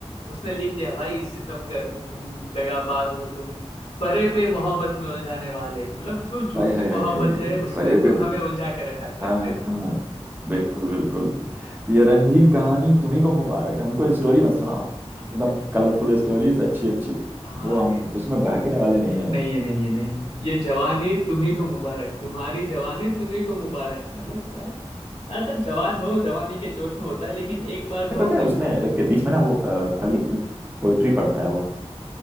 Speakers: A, on the left; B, on the right.
A: उसने लिख दिया भाई सितमगर हो तुम दगाबाज हो तुम फरेब मोहब्बत में उलझाने वाले मतलब जो झूठी
B: हाय हाय
A: मोहब्बत
B: हाय हाय
A: है उसमें
B: फरेब
A: तुम हमें उलझा के रखा रखते
B: हाँ हाँ
A: हो
B: हाँ, बिल्कुल बिल्कुल ये रंगी कहानी तुम्ही को मुबारक हमको स्टोरी मत सुनाओ
A: हाँ।
B: एकदम कलरफुल स्टोरीज अच्छी अच्छी
A: हाँ
B: वो हम उसमें बहकने वाले नहीं है हम
A: नहीं है नहीं है नहीं ये जवानी तुम्ही को मुबारक तुम्हारी जवानी तुम्ही को मुबारक मतलब क्या अच्छा जवान हो जवानी के जोश में होता है लेकिन एक बार जो
B: पता
A: हमने
B: है उसमें
A: मु-
B: एक बीच में ना वो अ, कहानी के बीच में पोइट्री पढ़ता है वो